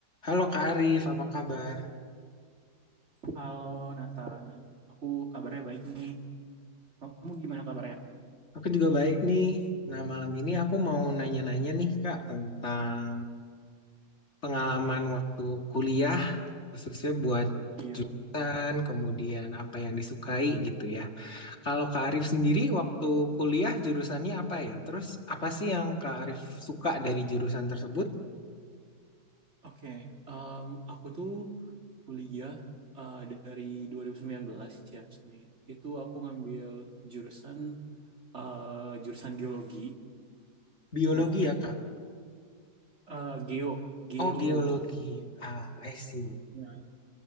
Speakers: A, on the left; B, on the right.
A: Halo Kak Arif, apa kabar?
B: Halo Nathan, aku kabarnya baik nih. Kamu gimana kabarnya?
A: Aku juga baik nih. Nah, malam ini aku mau nanya-nanya nih Kak tentang pengalaman waktu kuliah, khususnya buat
B: Iya.
A: jurusan, kemudian apa yang disukai gitu ya. Kalau Kak Arif sendiri
B: Hmm.
A: waktu kuliah jurusannya apa ya? Terus apa sih yang Kak
B: O-
A: Arif suka dari jurusan tersebut?
B: Oke, Em, aku tuh kuliah eh, dari 2019 ya sebenarnya. Itu aku ngambil jurusan eh, jurusan geologi.
A: Biologi
B: Nah,
A: ya Kak?
B: eh, geo geologi.
A: Oh, geologi. Ah, I see.
B: Nah,